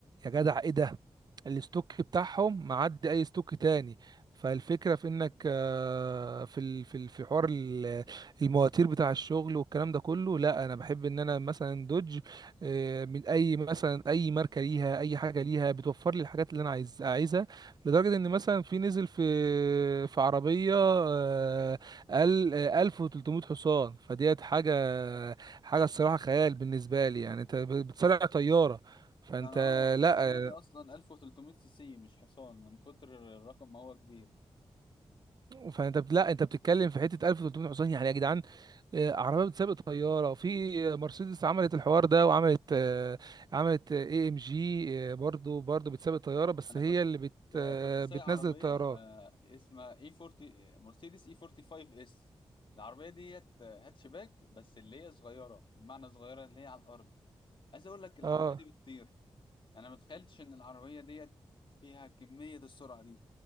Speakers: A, on the right; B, on the left.
A: يا جدع ايه ده الاستوك بتاعهم معدي اي استوك تاني فالفكرة في انك آه، في ال- في ال- في حوار ال- المواتير بتاع الشغل والكلام ده كله لا انا بحب ان انا مثلا دوج آه، من اي مثلا اي ماركة ليها اي حاجة ليها بتوفر لي الحاجات اللي انا عايز عايزها لدرجة ان مثلا في نزل في في عربية آه، ال- 1300 حصان فديت حاجة حاجة الصراحة خيال بالنسبة لي يعني انت بتصارع طيارة فانت
B: انا اه انا
A: لا
B: جه في دماغي اصلا 1300 سي سي مش حصان من كتر الرقم ما هو كبير
A: فانت بت- لا انت بتتكلم في حتة 1300 حصان يعني يا جدعان آه، عربية بتسابق طيارة في مرسيدس عملت الحوار ده وعملت آه، عملت اي ام جي برضو برضو بتسابق طيارة بس
B: انا
A: هي
B: كنت
A: اللي بت آه،
B: كنت سايق
A: بتنزل
B: عربيه
A: الطيارات
B: آه، اسمها اي 40 مرسيدس اي 45 اس العربيه ديت آه، هاتشباك بس اللي هي صغيره بمعنى صغيره اللي هي على الارض عايز اقول لك العربيه
A: اه
B: دي بتطير انا ما تخيلتش ان العربيه ديت فيها كميه السرعه دي